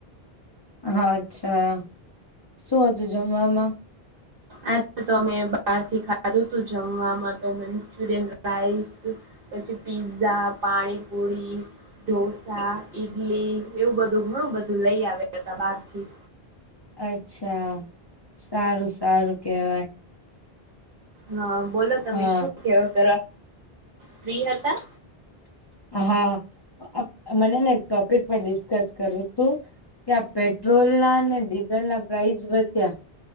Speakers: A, on the left (about 30°); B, on the right (about 60°).
A: હા અચ્છા શું હતું જમવામાં
B: આજે તમે બહારથી ખાધું તું જમવામાં તો મંચુરિયન રાઈસ પછી પીઝા પાણીપુરી ઢોસા ઈડલી એવું બધું ઘણું બધું લઈ આવ હતા બારથી
A: અચ્છા સારું સારું કેહવાય.
B: હા બોલો તમે
A: હા
B: શું કે ત ફ્રી હતા.
A: હા મનેને એક ટોપિક પર ડિસ્કસ કરું હતું. ક્યા પેટ્રોલ ના અને ડીઝલ ના પ્રાઇસ વધ્યા